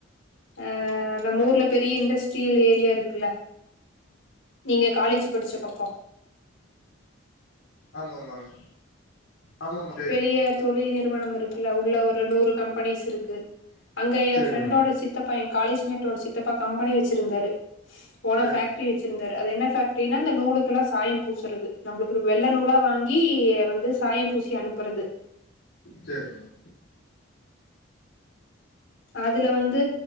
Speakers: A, on the left; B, on the left.
A: அ நம்ம ஊர்ல பெரிய இண்டஸ்ட்ரியல் ஏரியா இருக்குல்ல நீங்க காலேஜ் படிச்ச பக்க
B: ஆமா ஆமாங்க ஆமா ஆமா சேரி
A: பெலிய தொழில் நிறுவனம் இருக்குல்ல உள்ள ஒரு நூறு கம்பெனிஸ் இருக்கு அங்க
B: சேரிங்க
A: எ ஃப்ரெண்டோட சித்தப்பா என் காலேஜ்மேட்டோட சித்தப்பா கம்பெனி வச்சிருந்தாரு ஓனா
B: சேரிங்க
A: ஃபேக்டரி வச்சிருந்தாரு அது என்ன ஃபேக் டினா அந்த நூலுக்கெல்லா சாயம் பூசுறது நம்மளுக்கு வெள்ள நூலா வாங்கி வந்து சாயம் பூசி அனுப் அப்புறது
B: சேரிங்க
A: அதுல வந்து